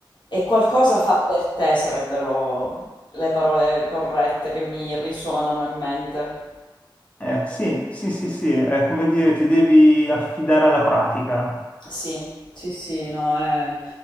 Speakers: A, on the left (about 65°); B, on the left (about 15°).
A: E qualcosa fa per te sarebbero le parole corrette che mi risuonano in mente.
B: Eh, sì, sì, sì, sì, è come dire, ti devi affidare alla pratica.
A: Sì, sì, sì, no, è